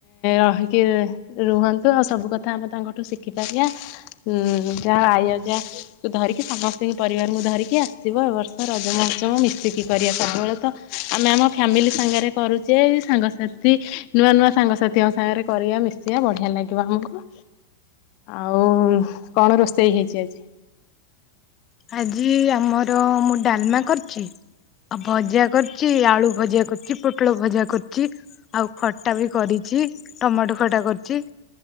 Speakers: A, on the left; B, on the left.
A: ରହିକି ରୁହନ୍ତୁ ଆଉ ସବୁ କଥା ଆମେ ତାଙ୍କଠୁ ଶିଖିଥାାର ଯିବା ଉ ଯାହା ଆଇ ଯା ଧରିକି ସମସ୍ତଙ୍କୁ ପରିବାରଙ୍କୁ ଧରିକି ଆସିବ ଏ ବର୍ଷ ରଜମହସମ ମିଶିକି କରିବା ସବୁବେଳେ ତ ଆମେ ଆମ ଫ୍ୟାମିଲି ସାଙ୍ଗରେ କରୁଛେ ସାଙ୍ଗସାଥି ନୂଆ ନୂଆ ସାଙ୍ଗସାଥିଙ୍କ ସାଙ୍ଗରେ କରିବା ମିଶ ସେିଆ ବଢିଆ ଲାଗିବ ଆମକୁ ଆଉ କଣ ରୋଷେଇ ହେଇଛି ଆଜି
B: ଆଜି ଆମର ମୁଁ ଡାଲମା କରିଛି ଆଉ ଭଜା କରୁଛି ଆଳୁ ଭଜା କରୁଛି ପୋଟଳ ଭଜା କରୁଛି ଆଉ ଖଟା ବି କରିଚି, ଟମାଟୋ ଖଟା କରିଚି।